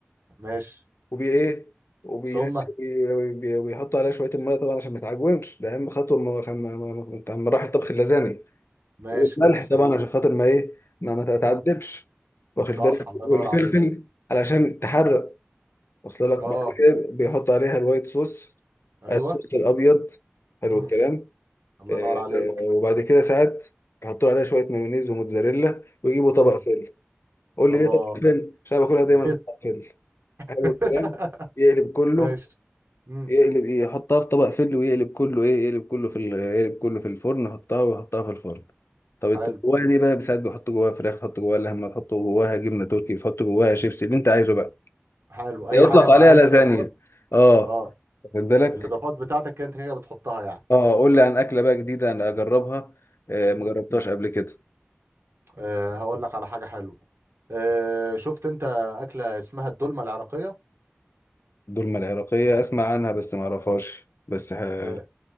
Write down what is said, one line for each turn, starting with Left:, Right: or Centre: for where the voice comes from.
Right: ماشي
Left: وبي ايه وبينش-
Right: ثم
Left: وبي- بي- وبيحطوا عليها شوية المية طبعا عشان ما تعجنش ده أهم خطوة من من- من- من مراحل طبخ اللازانيا
Right: ماشي
Left: والملح
Right: كلام سليم
Left: طبعا عشان خاطر ما ايه ما ما تتعذبش
Right: مم.
Left: واخد
Right: صح
Left: بالك
Right: الله
Left: والفلفل
Right: ينور عليك
Left: علشان تحرق وصل لك
Right: اه
Left: بعد كده بيحط عليها الوايت صوص
Right: ايوه
Left: الصوص الابيض حلو
Right: مم.
Left: الكلام
Right: الله
Left: آه،
Right: ينور عليك
Left: آه، وبعد كده ساعات يحطوا عليها شويه مايونيز وموتزاريلا ويجيبوا طبق
Right: مم.
Left: فل قول
Right: الله
Left: لي ليه طبق فل عشان أنا باكلها دايما
Right: جيت
Left: في طبق فل حلو
Right: <laughs>
Left: الكلام يقلب كله
Right: ماشي مم.
Left: يقلب ايه يحطها في طبق فل ويقلب كله ايه يقلب كله في ال- يقلب كله في الفرن يحطها ويحطها في الفرن طب انت
Right: حلو
Left: جواها دي بقى ساعات بيحطوا جواها فراخ تحط جواها لحمه تحط جواها جبنه تركي تحط جواها شيبسي اللي انت عايزه بقى
Right: حلو
Left: يطلق
Right: اي حاجه انت
Left: عليها
Right: عايز
Left: لازانيا
Right: اضافات
Left: اه
Right: اه
Left: واخد بالك
Right: الاضافات بتاعتك انت كده بتحطها يعني
Left: اه قول لي عن اكله بقى جديده انا اجربها آه
Right: مم.
Left: مجربتهاش قبل كده
Right: أه هقول لك على حاجة حلوة أه شفت انت أكلة اسمها الدولمة العراقية
Left: دولمة العراقيه اسمع عنها بس ما اعرفهاش بس ه...
Right: أه